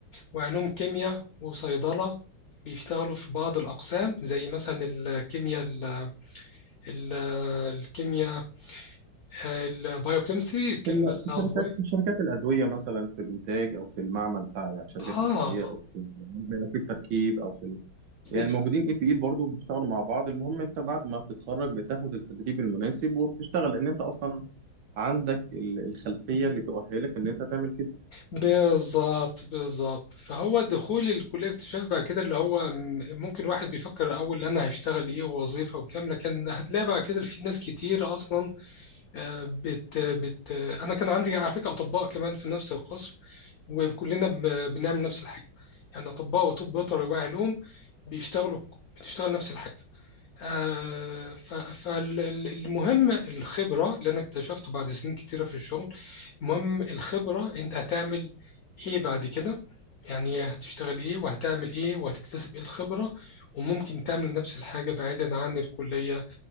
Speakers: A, on the left; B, on the right.
A: وعلوم كيمياء وصيدلة بيشتغلوا في بعض الأقسام زي مثلا الكيمياء ال ال الكيمياء البايوكيمستري الكلمة
B: في ال-
A: العضوية
B: في شركات في شركات الادويه مثلا في الانتاج او في المعمل بتاع شركات
A: آه
B: الادويه او في في التركيب او في يعني
A: ب-
B: موجودين ايد بايد برضه بيشتغلوا مع بعض المهم انت بعد ما بتتخرج بتاخد التدريب المناسب وبتشتغل لان انت اصلا عندك ال- الخلفيه اللي تؤهلك ان انت تعمل كده
A: بالظبط بالظبط فهو دخول الكلية اكتشاف بعد كده اللي هو م- ممكن واحد بيفكر الأول أنا هشتغل إيه ووظيفة وكام لكن هتلاقي بعد كده في ناس كتير أصلا آه، بت بت انا كان عندي على فكره اطباء كمان في نفس القسم وكلنا ب- بنعمل نفس الحاجه يعني اطباء وطب بيطري وعلوم بيشتغلوا بتشتغل نفس الحاجه آه، ف- فالمهم الخبره اللي انا اكتشفته بعد سنين كتيره في الشغل المهم الخبره انت هتعمل ايه بعد كده يعني هتشتغل ايه وهتعمل ايه وهتكتسب ايه الخبره وممكن تعمل نفس الحاجه بعيدا عن الكليه